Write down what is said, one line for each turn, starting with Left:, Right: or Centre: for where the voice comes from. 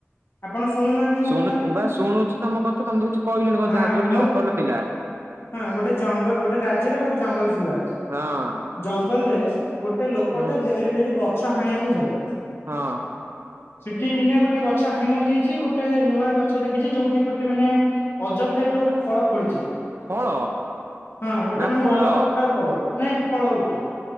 Left: ଆପଣ ଶୁଣୁନାହାନ୍ତି ମୋ
Right: ଶୁଣୁ
Left: କଥା ନା?
Right: ବା ଶୁଣୁଛି ତମ କଥା ତମେ ତ କିଛି କହିଲନି କଣ
Left: ହଁ
Right: <unintelligible> ଗୋଟେ
Left: ମୋ
Right: ଜଙ୍ଗଲ ଥିଲା।
Left: ହଁ ଗୋଟେ ଜଙ୍ଗଲ, ଗୋଟେ ରାଜ୍ୟରେ ଗୋଟେ ଜଙ୍ଗଲ ଥିଲା।
Right: ହଁ
Left: ଜଙ୍ଗଲରେ ଗୋଟେ ଗୋଟେ ଲୋକଟା
Right: ହୁଁ
Left: ଡେଲି ଡେଲି ଗଛ ହାଣିବାକୁ ଯାଏ।
Right: ହଁ।
Left: ସିଠି ଦିନେ ଗୋଟେ ଗଛ ହାଣି ହେଇଯାଇଛି ଗୋଟେ ନୂଆ ଗଛ ଦେଖିଛି ଯୋଉଠି ଗୋଟେ ମାନେ ଅଜବ୍ ଟାଇପ୍ ର ଗୋଟେ ଫଳ ପଡିଛି,
Right: ଫଳ
Left: ହଁ ଗୋଟେ
Right: ନା
Left: ମାନେ
Right: ଫୁଲ?
Left: ଅଲଗା ପ୍ରକାର ଫଳ। ନାଇଁ ଫଳ ଗୋଟେ।